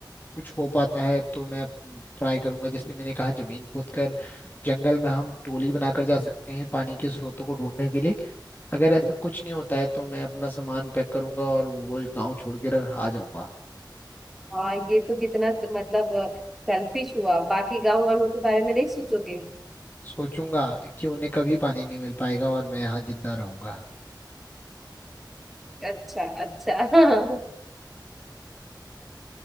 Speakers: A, on the left; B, in the centre.
A: कुछ हो पाता है तो मैं ट्राई करूंगा जैसे मैंने कहा जमीन खोद कर जंगल में हम टोली बनाकर जा सकते हैं पानी के स्रोतों को ढूंढने के लिए अगर ऐसा कुछ नहीं होता है तो मैं अपना सामान पैक करूंगा और वो गांव छोड़ के रह- आ जाऊंगा
B: हाँ ये तो कितना मतलब सेल्फिश हुआ बाकी गांव वालों के बारे में नहीं सोचोगे
A: सोचूंगा कि उन्हें कभी पानी नहीं मिल पाएगा और मैं यहाँ जिंदा रहूंगा
B: अच्छा अच्छा <laughs>